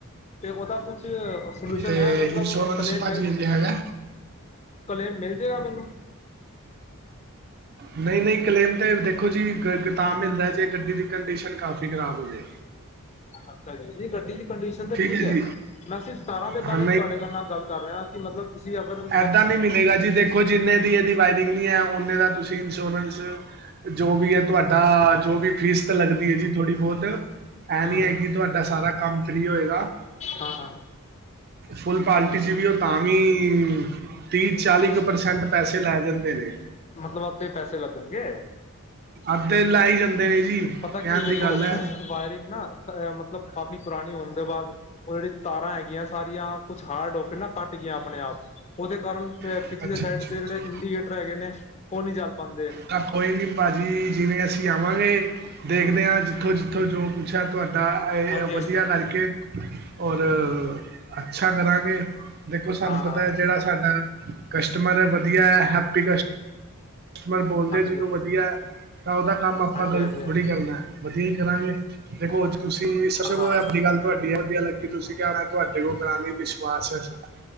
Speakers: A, on the left; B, on the right.
A: ਤੇ ਓਦਾ ਕੁਛ ਸੋਲਿਊਸ਼ਨ
B: ਤੇ
A: ਹੈ ਮਤਲਬ
B: ਇੰਸ਼ੋਰੈਂਸ
A: ਓ ਕਲੇਮ
B: ਭਾਜੀ
A: ਮਿਲ
B: ਹਜੇ ਹੈਗਾ
A: ਕਲੇਮ ਮਿਲਜੇਗਾ ਮੈਨੂੰ।
B: ਨਈ-ਨਈ ਕਲੇਮ ਤੇ ਦੇਖੋ ਜੀ ਤਾਂ ਮਿਲਦੈ ਜੇ ਗੱਡੀ ਦੀ ਕੰਡੀਸ਼ਨ ਕਾਫੀ ਖਰਾਬ ਹੋਜੇ।
A: ਅੱਛਾ ਜੀ, ਨਈ ਗੱਡੀ ਦੀ ਕੰਡੀਸ਼ਨ ਤਾਂ ਠੀਕ
B: ਹੈ
A: ਐ,
B: ਜੀ,
A: ਮੈਂ ਸਿਰਫ ਤਾਰਾਂ ਦੇ
B: ਹਾਂ
A: ਬਾਰੇ ਤੁਆਡੇ ਨਾਲ ਗੱਲ ਕਰ ਰਿਆਂ ਕੀ ਮਤਲਬ ਤੁਸੀਂ ਅਗਰ ਅ
B: ਐਦਾਂ ਨੀ ਮਿਲੇਗਾ ਜੀ ਦੇਖ ਦੇਖੋ ਜਿੰਨੇ ਦੀ ਏਦੀ ਵਾਇਰਿੰਗ ਨੀ ਐ ਓਨੇ ਦਾ ਤੁਸੀਂ ਇੰਸ਼ੋਰੈਂਸ ਜੋ ਵੀ ਐ ਤੁਆਡਾ ਜੋ ਵੀ ਫੀਸ ਤਾਂ ਲੱਗਦੀ ਐ ਜੀ ਥੋੜ੍ਹੀ ਬੋਤ, ਐਹ
A: ਹਮ
B: ਨੀ ਹੈਗੀ ਕੀ ਤੁਆਡਾ ਸਾਰਾ ਕੰਮ ਫਰੀ ਹੋਏਗਾ।
A: ਹਾਂ ਹਾਂ
B: ਫੁੱਲ ਪਾਲਟੀ
A: ਠੀਕ
B: ਜੀ ਵੀ ਓ ਤਾਂਵੀ ਤੀਹ ਚਾਲੀ
A: ਕੁਛ
B: ਕ ਪਰਸੈਂਟ ਪੈਸੇ ਲੈ ਜਾਂਦੇ ਨੇ।
A: ਮਤਲਬ ਅੱਦੇ ਪੈਸੇ ਲੱਗਨਗੇ।
B: ਅੱਦੇ ਲੈ ਈ ਜਾਂਦੇ ਨੇ ਜੀ।
A: ਪਤਾ ਕੀ
B: ਕਹਿਣ
A: ਐ ਦੇਖੋ
B: ਦੀ ਗੱਲ ਹੈ।
A: ਵਾਇਰਿੰਗ ਨਾ ਅ ਮਤਲਬ ਕਾਫੀ ਪੁਰਾਨੀ ਹੋਨ ਦੇ ਬਾਦ ਓ ਜੇੜੀ ਤਾਰਾਂ ਹੈਗੀਆਂ ਸਾਰੀਆਂ ਕੁਛ ਹਾਰਡ ਹੋ ਕੇ ਨਾ ਕੱਟ ਗੀਆਂ ਆਪਨੇ ਆਪ। ਓਦੇ ਕਾਰਨ
B: ਅੱਛਾ,
A: ਪਿਛਲੇ ਸਾਈਡ
B: ਅੱਛਾ,
A: ਦੇ
B: ਅੱਛਾ।
A: ਜੇੜੇ ਇੰਡੀਗੇਟਰ ਹੈਗੇ ਨੇ ਓ ਨੀ ਚਲ ਪਾਂਦੇ।
B: ਦਾ ਕੋਈ ਵੀ ਪਾ ਜੀ ਜਿਵੇਂ ਅਸੀਂ ਅਸੀਂ ਆਵਾਂਗੇ ਦੇਖਦੇ
A: ਹਮ
B: ਆਂ ਜਿੱਥੋਂ-ਜਿੱਥੋਂ ਜੋ ਕੁੱਛ ਐ ਤੁਆਡਾ ਐ
A: ਹਾਂਜੀ
B: ਵਦੀਆ
A: ਹਾਂਜੀ
B: ਕਰਕੇ ਔਰ ਅੱਛਾ ਕਰਾਂਗੇ ਦੇਖੋ ਸਾਨੂੰ
A: ਹਾਂ
B: ਪਤਾ
A: ਹਾਂ
B: ਐ ਜੇੜਾ ਸਾਡਾ ਕਸਟਮਰ ਐ ਵਦੀਆ ਐ ਹੈਪੀ ਕਸਟ ਕਸਟਮਰ ਬੋਲਦੇ
A: ਹਾਂਜੀ
B: ਜਿਨੂੰ ਵਦੀਐ ਤਾਂ ਓਦਾ ਕੰਮ ਆਪਾਂ
A: ਹਾਂਜੀ
B: ਗਲਤ
A: ਹਾਂਜੀ ਹਾਂਜੀ
B: ਥੋੜ੍ਹੀ ਕਰਨੈ ਵਦੀਆ ਈ ਕਰਾਂਗੇ। ਦੇਖੋ ਓ ਚ ਤੁਸੀਂ ਸਬਸੇ
A: ਹਾਂ
B: ਪੈਲੇ ਆਪਡੀ ਗੱਲ ਤੁਹਾਡੀਆਂ ਵਦੀਆ ਲੱਗੀ ਤੁਸੀਂ ਕਿਆ ਹੋਨਾ ਤੁਆਡੇ ਕੋਲ ਕਰਾਨੀ ਐ ਵਿਸ਼ਵਾਸ ਐ ਸੋਡਾ।